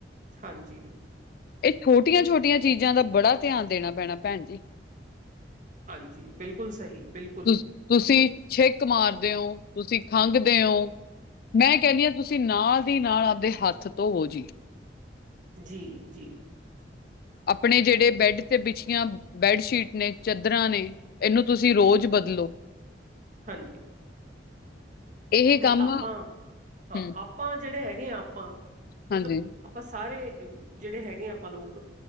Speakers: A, on the right; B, on the left.
A: ਹਾਂਜੀ।
B: ਇਹ ਛੋਟੀਆਂ -ਛੋਟੀਆਂ ਚੀਜ਼ਾਂ ਦਾ ਬੜਾ ਧਿਆਨ ਦੇਣਾ ਪੈਣਾ, ਭੈਣ ਜੀ।
A: ਹਾਂਜੀ, ਬਿਲਕੁਲ ਸਹੀ, ਬਿਲਕੁਲ।
B: ਤੁਸ ਤੁਸੀਂ ਛਿੱਕ ਮਾਰਦੇ ਹੋ, ਤੁਸੀਂ ਖੰਘਦੇ ਹੋ, ਮੈਂ ਕਹਿੰਦੀ ਹਾਂ ਤੁਸੀਂ ਤੁਸੀਂ ਨਾਲ ਦੀ ਨਾਲ, ਆਪਦੇ ਹੱਥ ਧੋਵੋ ਜੀ।
A: ਜੀ- ਜੀ।
B: ਆਪਣੇ ਜਿਹੜੇ ਬੈਡ ਤੇ ਵਿਛੀਆਂ, ਬੈਡਸ਼ੀਟ ਨੇ, ਚਾਦਰਾਂ ਨੇ ਇਹਨੂੰ ਤੁਸੀਂ ਰੋਜ਼ ਬਦਲੋ।
A: ਹਾਂਜੀ।
B: ਇਹ
A: ਨਹੀਂ
B: ਕੰਮ
A: ਆਪਾਂ, ਹਾਂ
B: ਹੂੰ,
A: ਆਪਾਂ ਜਿਹੜੇ ਹੈਗੇ ਹ ਆਪਾਂ,
B: ਹਾਂਜੀ,
A: ਮਤਲਬ ਆਪਾਂ ਸਾਰੇ, ਜਿਹੜੇ ਹੈਗੇ ਆ ਆਪਾਂ ਲੋਕ